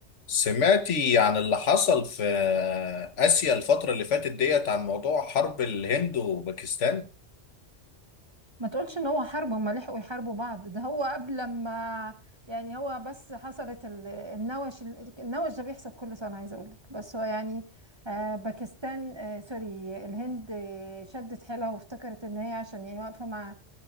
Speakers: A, on the left (about 85°); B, on the right (about 25°).
A: سمعتي عن اللي حصل في آسيا الفترة اللي فاتت ديت عن موضوع حرب الهند وباكستان؟
B: ما تقولش ان هو حرب هما لحقوا يحاربوا بعض ده هو قبل ما يعني هو بس حصلت ال- النوش النوش ده بيحصل كل سنة عايزة اقول لك بس هو يعني آه، باكستان آه، سوري الهند آه، شدت حيلها وافتكرت ان هي عشان يعني واقفة مع